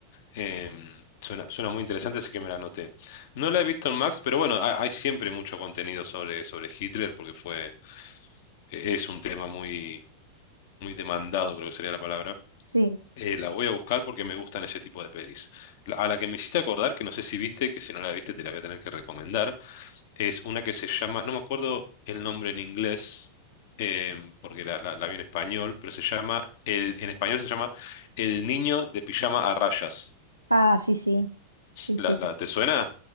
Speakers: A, on the left (about 50°); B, on the right (about 90°).
A: Em, suena, suena muy interesante, así que me la anoté. No la he visto en Max, pero bueno, ha- hay, siempre mucho contenido sobre, sobre Hitler porque fue, e, es un tema muy muy demandado, creo que sería la palabra.
B: Sí.
A: Eh, la voy a buscar porque me gustan ese tipo de pelis. La- a la que me hiciste acordar, que no sé si viste, que si no la viste te la voy a tener que recomendar, es una que se llama, no me acuerdo el nombre en inglés, em, porque la, la, la vi en español, pero se llama, el, en español se llama El niño de pijama a rayas.
B: Ah, sí, sí. Sí,
A: ¿La,
B: sí.
A: la- te suena?